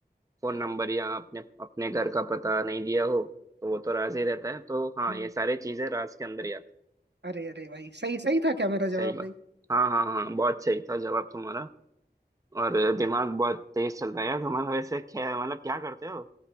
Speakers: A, on the right; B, on the right.
A: फोन नंबर या अपने अपने घर का पता नहीं दिया हो तो वो तो राज ही रहता है तो हाँ
B: हम्म,
A: ये सारी चीजें राज के अंदर ही आती हैं।
B: अरे अरे भाई सही सही था क्या मेरा
A: सही
B: जवाब
A: बात
B: भाई
A: हाँ हाँ हाँ बहुत सही था जवाब तुम्हारा और दिमाग बहुत तेज चल रहा है यार तुम्हारा वैसे क्या मतलब क्या करते हो